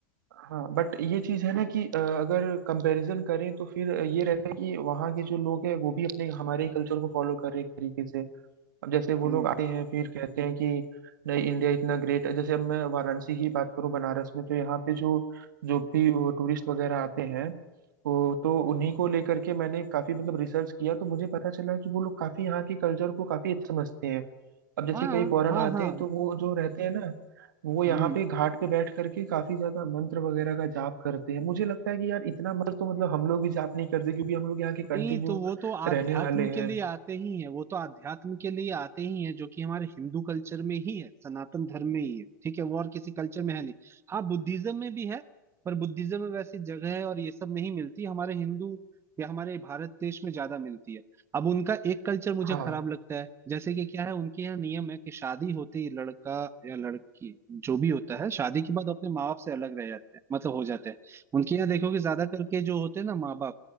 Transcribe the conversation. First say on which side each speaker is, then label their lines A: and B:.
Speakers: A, on the right (about 80°); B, on the right (about 25°).
A: हाँ बट ये चीज़ है ना कि अ, अगर कंपैरिजन करें तो फिर ये रहता है कि वहाँ के जो लोग हैं वो भी अपने हमारे ही कल्चर को फॉलो कर रहे हैं एक तरीके से अब जैसे वो
B: हम्म
A: लोग आते हैं फिर कहते हैं कि नहीं इंडिया इतना ग्रेट है जैसे अब मैं वाराणसी की बात करूं बनारस में तो यहाँ पे जो जो भी टूरिस्ट वगैरह आते हैं वो तो उन्हीं को लेकर के मैंने काफी मतलब रिसर्च किया तो मुझे पता चला कि वो लोग काफी यहाँ के कल्चर को काफी अच्छा समझते हैं अब जैसे
B: हाँ
A: कई फॉरेन
B: हाँ
A: आते
B: हाँ
A: हैं तो वो जो रहते हैं ना वो यहाँ
B: हम्म
A: पे घाट पे बैठ करके काफी ज्यादा मंत्र वगैरह का जाप करते हैं मुझे लगता है कि यार इतना मंत्र तो मतलब हम लोग भी जाप नहीं करते क्योंकि हम लोग यहाँ के
B: नहीं
A: कंटिन्यू
B: तो वो तो आध्यात्म
A: रहने वाले हैं
B: के लिए आते ही है वो तो आध्यात्म के लिए आते ही है जो कि हमारे हिंदू कल्चर में ही है सनातन धर्म में ही है ठीक है वो और किसी कल्चर में है नहीं हाँ बुद्धिज्म में भी है पर बुद्धिज्म में वैसी जगह है और ये सब नहीं मिलती हमारे हिंदू या हमारे भारत देश में ज्यादा मिलती है अब उनका एक कल्चर मुझे
A: हाँ
B: खराब लगता है जैसे कि क्या है उनके यहाँ नियम है कि शादी होते ही लड़का या लड़की जो भी होता है शादी के बाद अपने माँ बाप से अलग रह जाते हैं मतलब हो जाते हैं उनके यहाँ देखोगे ज्यादा करके जो होते हैं ना माँ बाप